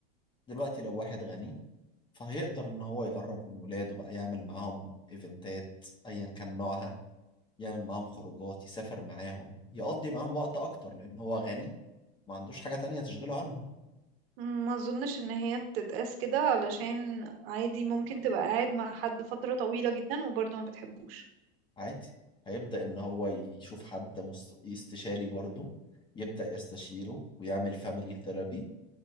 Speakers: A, on the left; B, on the right.
A: دلوقتي لو واحد غني فهيقدر ان هو يقرب من ولاده بقى يعمل معاهم ايفنتات ايا كان نوعها يعمل معاهم خروجات يسافر معاهم يقضي معاهم وقت اكتر لان هو غني ما عندوش حاجة تانية تشغله عنهم
B: ما اظنش ان هي بتتقاس كده علشان عادي ممكن تبقى قاعد مع حد فترة طويلة جدا وبرضه ما بتحبوش
A: عادي هيبدأ ان هو يشوف حد مست- استشاري برضه يبدأ يستشيره ويعمل فاميلي ثيرابي